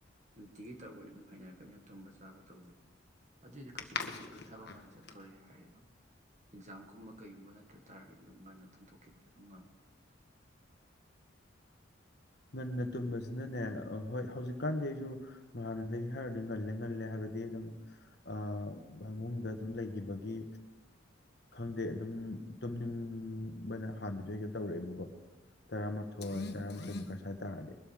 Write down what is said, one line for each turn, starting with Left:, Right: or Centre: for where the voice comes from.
Right: ꯅꯨꯡꯇꯤꯒꯤ ꯇꯧꯒ꯭ꯔꯗꯤ ꯑꯗꯨꯝ ꯍꯩꯅꯔꯛꯀꯅꯤ ꯇꯨꯝꯕ ꯆꯥꯕ ꯇꯧꯕꯅꯦ ꯑꯗꯨꯏꯗꯤ ꯀꯩꯁꯨ
Left: ꯑꯗꯨꯗꯤ
Right: ꯈꯟꯗꯦꯗ ꯑꯩ
Left: ꯀꯩꯁꯨ
Right: ꯊꯕꯛ
Left: ꯀꯥꯏꯗꯦ
Right: ꯉꯥꯟꯅ ꯆꯠꯇꯣꯑꯦ ꯍꯥꯏꯗꯤ ꯑꯗꯨꯝ ꯑꯦꯛꯖꯥꯝꯒꯨꯝꯕ ꯀꯩꯒꯨꯝꯕ ꯅꯠꯇ꯭ꯔ ꯇꯥꯔꯒꯗꯤ ꯑꯗꯨꯝ ꯉꯟꯅ ꯇꯨꯝꯊꯣꯛ ꯈꯤꯕꯁꯨ ꯉꯝꯃꯦ꯫
Left: ꯉꯟꯅ ꯇꯨꯝꯕꯁꯤꯅꯅꯦ ꯍꯣꯏ ꯍꯧꯖꯤꯛꯀꯥꯟꯗꯤ ꯑꯩꯖꯨ ꯍꯥꯟꯅꯗꯒꯤ ꯍꯥꯏꯔꯣꯗꯤ ꯉꯜꯂꯦ ꯉꯜꯂꯦ ꯍꯥꯏꯕꯗꯤ ꯑꯗꯨꯝ ꯑ ꯐꯃꯨꯡꯗ ꯑꯗꯨꯝ ꯂꯩꯒꯤꯕꯒꯤ ꯈꯪꯗꯦ ꯑꯗꯨꯝ ꯇꯨꯝꯅꯤꯡ ꯃꯣꯏꯅ ꯍꯥꯟꯕꯤꯗꯣ ꯍꯦꯛꯇ ꯇꯧꯔꯛꯑꯦꯕꯀꯣ ꯇꯔꯥꯃꯥꯊꯣꯏ ꯇꯔꯥꯃꯥꯊꯣꯏ ꯃꯈꯥꯏ ꯁ꯭ꯋꯥꯏ ꯇꯥꯔꯗꯤ